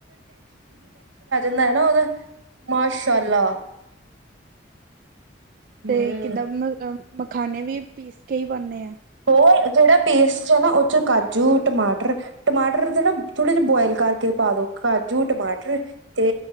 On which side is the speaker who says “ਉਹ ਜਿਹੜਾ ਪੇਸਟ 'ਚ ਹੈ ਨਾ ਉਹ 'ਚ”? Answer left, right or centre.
Right